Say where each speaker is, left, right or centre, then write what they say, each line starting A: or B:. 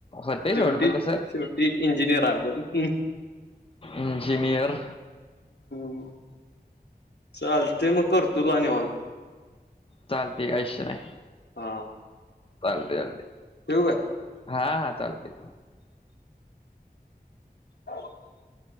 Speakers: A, on the left; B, on the left.
A: होतंय
B: शेवटी
A: सोड पण तसं
B: शेवटी इंजिनियर आहे आपण.
A: इंजीनियर.
B: हम् चालतय मग करतो तुला निवांत.
A: चालते काय इषय नाय.
B: हा.
A: चालते चालते.
B: ठेवू काय?
A: हा हा चालते.
B: <unintelligible>